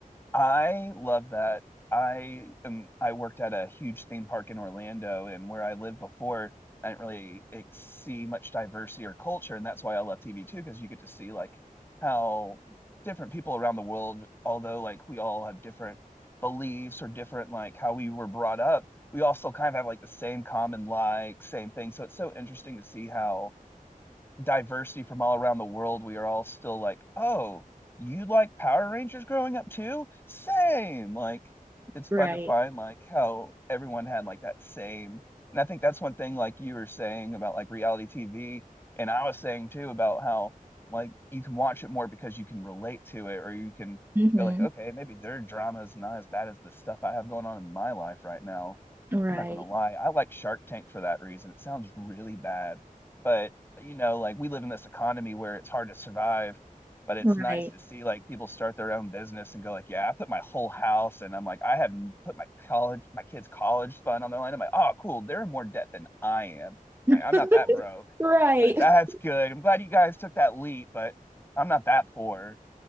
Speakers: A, on the left; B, on the right.
A: I love that. I am, I worked at a huge theme park in Orlando, and where I lived before, I didn't really ex- see much diversity or culture, and that's why I love TV too, because you get to see like how different people around the world, although like we all have different beliefs or different like how we were brought up, we all still kind of have like the same common like same thing. So it's so interesting to see how diversity from all around the world, we are all still like, oh, you like Power Rangers growing up too? Same. Like, it's fun
B: Right.
A: to find like how everyone had like that same. And I think that's one thing like you were saying about like reality TV, and I was saying too about how like you can watch it more because you can relate to it, or you can
B: hmm
A: go like, okay, maybe their drama is not as bad as the stuff I have going on in my life right now.
B: Right.
A: I'm not gonna lie, I like Shark Tank for that reason. It sounds really bad, but you know, like we live in this economy where it's hard to survive, but it's
B: Right.
A: nice to see like people start their own business and go like, yeah, I put my whole house and I'm like, I have put my college, my kids' college fund on their line. I'm like, oh, cool. They're in more debt than I am. Like,
B: <laughs>
A: I'm not that broke.
B: Right.
A: Like that's
B: <laughs>
A: good. I'm glad you guys took that leap, but I'm not that poor.